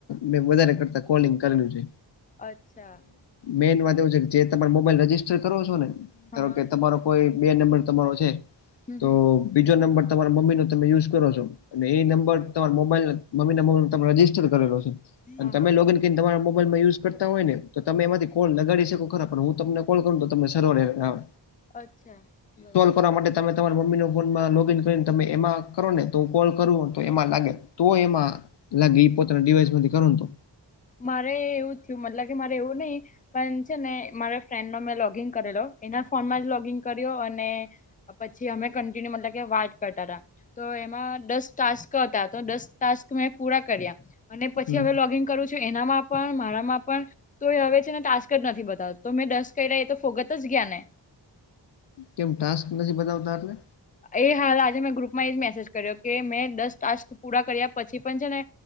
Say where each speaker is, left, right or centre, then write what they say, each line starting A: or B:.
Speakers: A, on the left; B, on the left.
A: મે કરતાલિંગ કરેલ છે.
B: અચ્છા.
A: મેઈન વાત એવું છે કે જે તમા મોબાઈલ રજિસ્ટર કરો છો ને
B: હા
A: ધ
B: હા
A: કે તમારો કોઈ બે નંબર તમારો છે.
B: હમ
A: તો
B: હમ
A: બીજો નંબર તમારા મમ્મીનોો તમે યુઝ કરો છો. અને એ નંબર તમારા મોબાઈલ મમી ના નંબર તમે રજજીસ્ટર કરેલો છે અને
B: હા
A: તમે
B: હા
A: લોગન તમારા મોબાઈલમાં યુઝ કરતા હોય ને તો તમે એમાંથી કોલ લગાડી શકો ખરા પણ હું તમને કોલ કરું તો તને સળ રહે. હા.
B: અચ્છા બરા
A: કરવા માટે તમે તમારા મમ્મી ફોનમાં લોગ ઈન કરીને તમે એમાં કરો ને તો હું કોલ કરું તો એમાં લાગે તો એમાં લાગે એ પોતાના ડિવાઈસ મથી કર ન તો
B: મારે એવું થયું મતલબ કે મારે એવું નહી. પણ છે ને મારા ફ્રેન્ડનો મેં લોગિન કરેલો એના ફોનમાં જ લોગિન કર્યો અને પછી અમે કન્ટિન્યુ મતલબ કે વાટ કરતા હતા. તો એમાં દસ ટાસ્ક હતા તો દસ ટાસ્ક મેં પૂરા કર્યા અને પછી
A: હમ
B: હવે લોગિંગ એનામાં પણ મારામાં પણ. તો એ હવે છે ને ટાસ્ક જ નથી બતાવતો તો મેં દસ કર્યા એ તો ફોગત જ ગયા ને
A: કેમ ટાસ્ક નથી બનાવતા આપને.
B: એ હાલ આજે મેં ગ્રુપમાં એ જ મેસેજ કર્યો કે મેં દસ ટાસ્ક પૂરા કર્યા પછી પણ છે ને